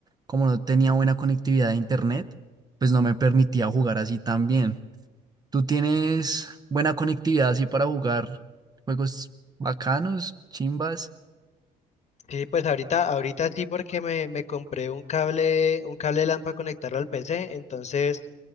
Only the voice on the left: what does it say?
Sí, pues ahorita, ahorita sí porque me, me compré un cable, un cable LAN para conectarlo al PC, entonces